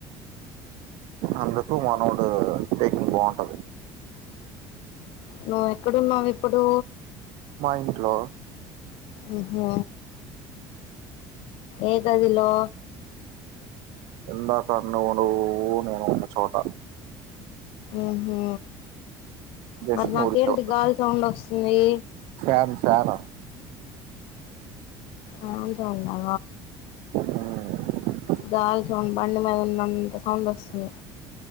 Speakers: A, on the right; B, on the left.
A: అందుకు మానోడు టేకింగ్ బాగుంటుంది
B: నువ్వు ఎక్కడున్నావు ఇప్పుడు
A: మ ఇంట్లో
B: ఉ హో ఏ గదిలో
A: ఇందాకన్నవును నేను ఉన్న చోట
B: ఊహు
A: జస్ట్
B: మరి
A: నువ్వు
B: నాకేంటి
A: లేవు
B: గాలి సౌండ్ వస్తుం ది
A: ఫ్యాన్ ఫ్యాను
B: ఫ్యాన్ సౌండ్ ఆ
A: ఉ
B: గాలి సౌండ్ బండి మీద ఉన్న అంత సౌండ్ వస్తుంది